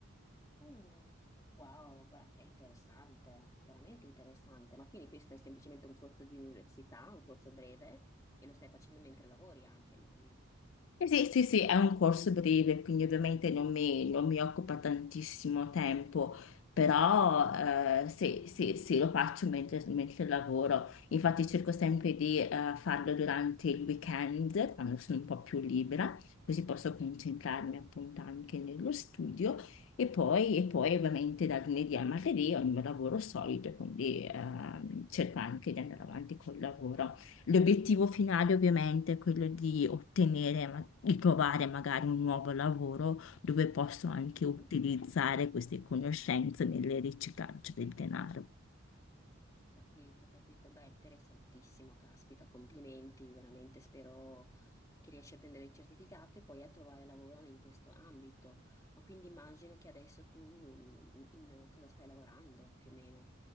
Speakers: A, on the left; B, on the left.
A: Mm. Wow, beh, che interessante, veramente interessante. Ma quindi questo è semplicemente un corso di università, un corso breve, e lo stai facendo mentre lavori anche, immagino.
B: Eh Sì, sì, sì, è un corso breve, quindi ovviamente non mi, non mi occupa tantissimo tempo, però
A: Mhm,
B: eh, sì, sì, sì, lo faccio mentre, mentre lavoro. Infatti cerco sempre di eh, farlo durante il weekend, quando sono un po' più libera, così posso concentrarmi appunto anche nello studio e poi, e poi
A: mhm,
B: ovviamente da lunedì a martedì ho il mio lavoro solito, quindi ehm, cerco anche di andare avanti col lavoro. L'obiettivo finale ovviamente è quello di ottenere, ma- di trovare magari un nuovo lavoro dove posso anche
A: mhm.
B: utilizzare queste conoscenze nel riciclaggio del denaro.
A: Capito, capito. Beh, interessantissimo, caspita, complimenti, veramente spero che riesci a prendere il certificato e poi a trovare lavoro in questo ambito. Ma quindi immagino che adesso tu in, in cosa stai lavorando più o meno?